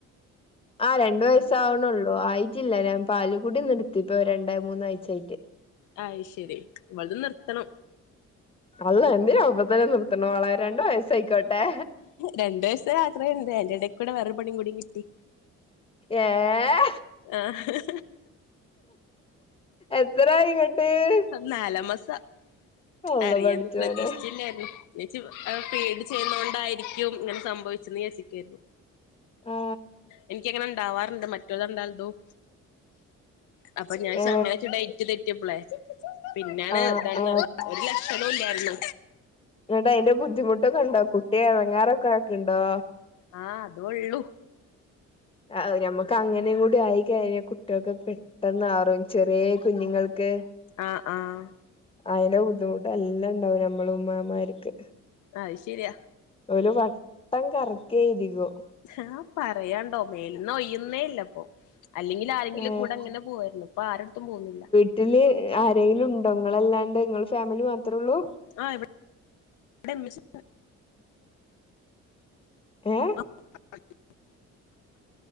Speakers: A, on the left; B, on the left.
A: <inaudible> ആഹ് രണ്ട് വയസ്സാവണൊള്ളൂ ആയിട്ടില്ല ഞാൻ പാല്കുടി നിർത്തി ഇപ്പൊ രണ്ട മൂന്നാഴ്ച ആയിട്ട്.
B: അത് ശരി ഇവൾത് നിർത്തണം.
A: അല്ലാഹ് എന്തിനാ ഇപ്പോ തന്നെ നിർത്തണമളെ രണ്ടു വയസ്സ് അയിക്കോട്ടെ.
B: രണ്ടു വയസ്സ് ആഗ്രഹണ്ട് അയിന്റെ ടേക്കൂടെ വേറെ പണീം കൂടി കിട്ടി.
A: ഏഹ്
B: ആഹ്
A: എത്രായിങ്ങട്ട്?
B: നാലാമാസാ.
A: അള്ളാ
B: അറിയാണ്ട്
A: പടച്ചോനെ
B: പ്രതീക്ഷിച്ചില്ലായിരുന്നുച് ഫീഡ് ചെയ്യുന്നോണ്ടായി രിക്കും ഇങ്ങനെ സംഭവിച്ചെന്ന് വിചാരിക്കെനി.
A: ആ
B: ഇനിക്ക്ങ്ങനെ ഇണ്ടാവാറ്ണ്ട് മറ്റൊ ളത് രണ്ടാൾത്തും. അപ്പൊ ഞാൻ <unintelligible>
A: ഏ
B: തെറ്റ്യപ്ലെ പിന്നെണ്
A: ആ
B: ഇതാണ്
A: ആ
B: ലക്ഷണോം ഇല്ലായിരുന്നു.
A: എന്നിട്ട് അയ്ന്റെ ബുദ്ധിമുട്ടൊക്കെ ഉണ്ടോ കുട്ടി എടങ്ങാറൊക്കെ ആക്ക്ണ്ടോ?
B: ആഹ് അതൊള്ളു.
A: ആഹ് നമ്മുക്ക് അങ്ങനെയും കൂടി ആയി കഴിഞ്ഞാ കുട്ട്യൾക്ക് പെട്ടെന്നറിം ചെറ്യേ കുഞ്ഞുങ്ങൾക്ക്.
B: ആഹ് ആഹ്.
A: അയിന്റെ ബുദ്ധിമുട്ട് എല്ലാം ഉണ്ടാവും ഞമ്മള ഉമ്മാമാർക്ക്
B: അയ്ശേരിയാ
A: ഇന്നേ വട്ടം കറക്കയിരിക്കും
B: ആഹ് പറയാണ്ടോ മേൽന്നു ഒയ്യുന്നേ ഇല്ലപ്പോ അല്ലെങ്കി ഇല്ല ആരെങ്കിലും
A: ഏ
B: കൂടെ അങ്ങനെ പോയിരുന്നു പ്പൊ ആരടത്തും പോകുന്നില്ല
A: വീട്ടില് ആരെങ്കിലും ണ്ടോ നിങ്ങളല്ലാണ്ട് നിങ്ങൾ ഫാമിലി മാത്രെ ള്ളൂ
B: ആഹ് ഇവിടെ ഇമ്മച്
A: <unintelligible>
B: <inaudible>